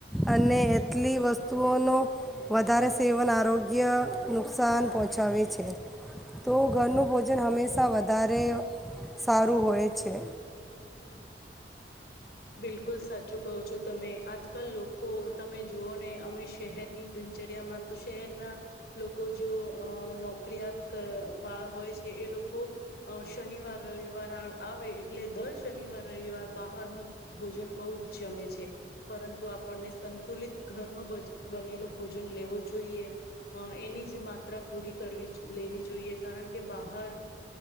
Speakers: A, in the centre; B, on the left.
A: અને એટલી વસ્તુઓનું વધારે સેવન આરોગ્ય નુકસાન પહોંચડે છે તો ઘરનું ભોજન હંમેશા વધારે સારું હોય છે.
B: બિલકુલ સાચું કહો છો તમે આજકાલ લોકો તમે જુઓ ને અમે શહેરની દિનચર્યામાં તો શહેરના લોકો જો અ નોકરીયાત વાળા હોય છે એ લોકો શનિવાર રવિવાર આવે એટલે દર શનિવાર રવિવાર બહારનું ભોજન બહુ જ જમે છે પરંતુ આપણને સંતુલિત ઘરનો બનેલો ભોજન લેવો જોઈએ એની જ માત્રા પૂરી કરવી લેવી જોઈએ કારણ કે બહાર